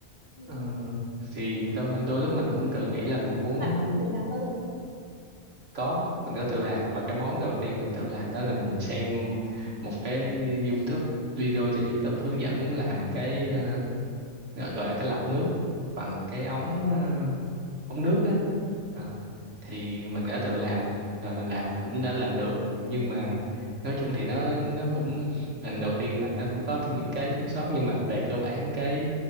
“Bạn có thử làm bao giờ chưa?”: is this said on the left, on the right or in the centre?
Left